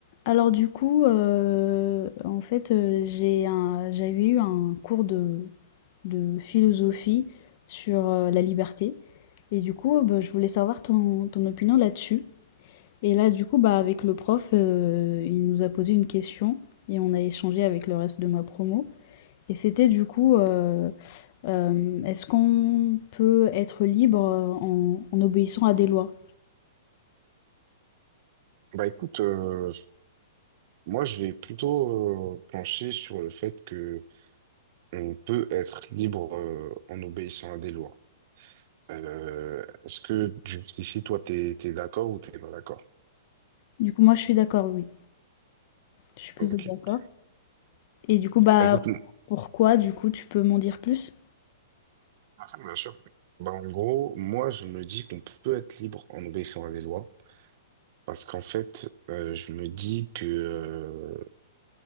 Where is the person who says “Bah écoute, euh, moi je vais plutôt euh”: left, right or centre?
Right